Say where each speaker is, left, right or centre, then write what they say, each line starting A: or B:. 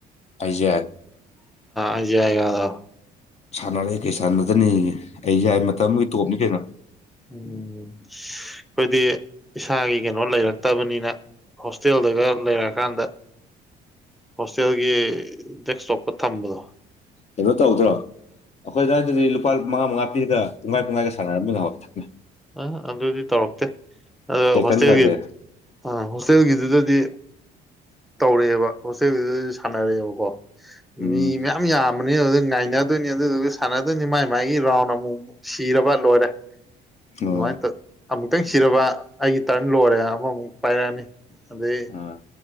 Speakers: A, on the left; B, in the centre.
A: ꯑꯩꯖꯦ
B: ꯑꯌꯦꯒꯗꯣ
A: ꯁꯥꯟꯅꯔꯦ ꯀꯩ ꯁꯥꯟꯅꯗꯅꯤꯒꯦ ꯑꯩ ꯌꯥꯏ ꯃꯇꯝ ꯑꯃꯒꯤ ꯇꯣꯞꯅꯤ ꯀꯩꯅꯣ
B: ꯎꯝ ꯑꯩꯈꯣꯏꯗꯤ ꯏꯁꯥꯒꯤ ꯀꯩꯅꯣ ꯂꯩꯔꯛꯇꯕꯅꯤꯅ ꯍꯣꯁꯇꯦꯜꯗꯒ ꯂꯩꯔꯛꯀꯥꯟꯗ ꯍꯣꯁꯇꯦꯜꯒꯤ ꯗꯦꯛꯁꯇꯣꯞꯀ ꯊꯝꯕꯗꯣ
A: ꯀꯩꯅꯣ ꯇꯧꯗ꯭ꯔꯣ ꯑꯩꯈꯣꯏ ꯑꯗꯨꯋꯥꯏꯗꯗꯤ ꯂꯨꯄꯥ ꯃꯉꯥ ꯃꯉꯥ ꯄꯤꯔꯒ ꯇꯨꯡꯈꯥꯏ ꯇꯨꯡꯈꯥꯏꯒ ꯁꯥꯟꯅꯔꯝꯕꯃꯤꯅꯣꯛꯅꯦ
B: ꯑ ꯑꯗꯨꯗꯤ ꯇꯧꯔꯛꯇꯦ ꯑꯗ
A: ꯇꯦꯀꯟꯒꯖꯦ
B: ꯍꯣꯁꯇꯦꯜꯒꯤ ꯑ ꯍꯣꯁꯇꯦꯜꯒꯤꯗꯨꯗꯗꯤ ꯇꯧꯔꯛꯑꯦꯕ ꯍꯣꯁꯇꯦꯜꯗꯨꯗ ꯁꯥꯟꯅꯔꯦꯕꯀꯣ
A: ꯎꯝ
B: ꯃꯤ ꯃ ꯌꯥꯝ ꯉꯅ ꯑꯗꯨꯅꯤ ꯑꯗꯨ ꯁꯥꯟꯅꯤ ꯃ ꯃꯒꯤ ꯔꯥꯎꯅ ꯁꯤꯔꯕ ꯂꯣꯏꯔꯦ
A: ꯑꯣ
B: ꯅꯨꯡꯉꯥꯏ ꯈꯤꯇꯪ ꯁꯤꯔꯕ ꯑꯩꯒꯤ ꯇꯔꯟ ꯂꯣꯏꯔꯦ ꯑꯃꯃꯨꯛ ꯄꯥꯏꯔꯛꯑꯅꯤ ꯑꯗ
A: ꯑꯥ